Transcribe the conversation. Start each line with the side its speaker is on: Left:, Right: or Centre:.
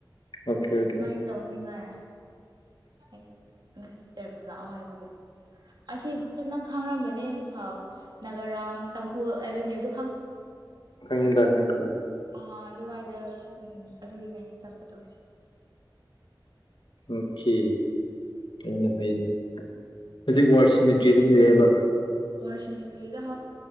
Left: ꯑꯣꯀꯦ ꯑꯣꯀꯦ
Right: ꯑꯗꯨꯃꯥꯏꯅ ꯇꯧꯅꯤꯉ ꯑꯩ ꯉꯁꯤ ꯏꯟꯇꯔꯚꯤꯌꯨ ꯂꯥꯛꯑꯣ ꯍꯥꯏꯕꯒꯤ ꯑꯁꯤ ꯑꯗꯨꯝ ꯅꯪ ꯈꯥꯡꯔꯝꯒꯅꯤꯐꯥꯎ ꯅꯥꯒꯔꯥꯝ ꯇꯥꯡꯈꯨꯜ ꯑꯦꯚꯦꯅ꯭ꯌꯨꯗ
Left: ꯐꯪꯉꯗ ꯐꯪꯉꯗ
Right: ꯑꯥ ꯑꯗꯨꯋꯥꯏꯗ ꯎꯝ ꯑꯗꯨꯗꯤꯅꯦ ꯆꯠꯄꯗꯣ
Left: ꯑꯣꯀꯦ ꯐꯅꯦ ꯐꯩꯅꯦ ꯍꯧꯖꯤꯛ ꯋꯥꯔꯁ ꯃꯦꯇꯔꯤꯌꯦꯜ ꯂꯩꯔꯦꯕ
Right: ꯋꯥꯔꯁ ꯃ ꯏꯠꯂꯤꯗ